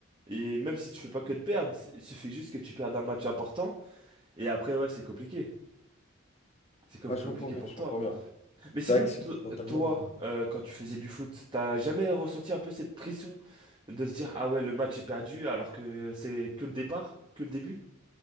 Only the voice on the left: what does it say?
Ouais, je
comprends bien,
je
comprends bien.
C'est vrai que
c'est- mentalement.
euh,